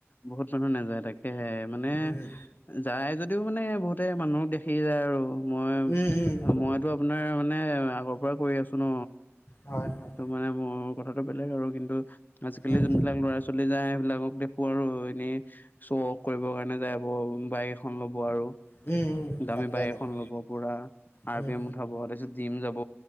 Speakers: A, on the left; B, on the left.
A: বহুত মানুহ নাযায় তাকেহে, মানে
B: উম
A: যাই যদ তেও মানে বহুতে মানুহক দেখি যায় আৰু। মই
B: উম উম
A: মইতো আপোনাৰ মানে আগৰ পৰা কৰি আছো ন।
B: হয় হয়
A: ত' মানে মোৰ কথাটো বেলেগ আৰু কিন্তু আজিকালি
B: উম
A: যোনবিলাক ল'ৰা ছোৱালী যায় সেই বিলাকক দে আৰু এনেই শ্ব' অফ কৰিবৰ কাৰণে যাব বাইক এখন ল'ব আৰু
B: উম উম।
A: দামী
B: তাকে
A: বাইক
B: তাকে
A: এখন ল'ব পুৰা। আৰ
B: উম
A: পি এম উঠাব, তাৰপিছত ডিম যাব,